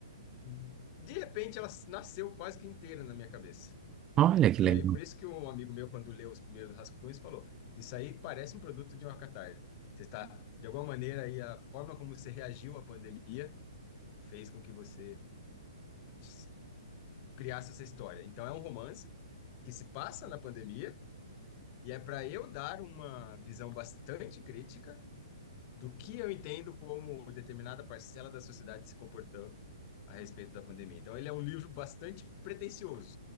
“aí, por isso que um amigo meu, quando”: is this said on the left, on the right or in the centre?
Left